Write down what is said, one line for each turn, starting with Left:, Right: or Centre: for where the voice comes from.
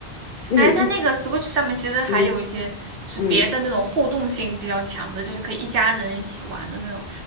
Left: 那你自己，
Right: 哎，它那个 Switch 上面其实还有一些就是别的那种互动性比较强的，
Left: 嗯嗯，
Right: 就是可以一家人一起玩的那种。